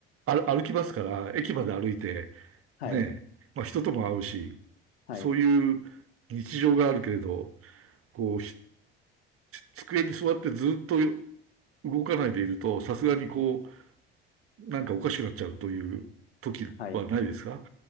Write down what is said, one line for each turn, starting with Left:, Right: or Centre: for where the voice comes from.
Right: あ歩きますから、駅まで歩いて、
Left: はい、
Right: ね、まあ人とも会うし、
Left: はい、
Right: そういう日常があるけれど、こう、ひ机に座ってずっと動かないでいると、さすがにこう、なんかおかしくなっちゃうという時はないですか
Left: はい。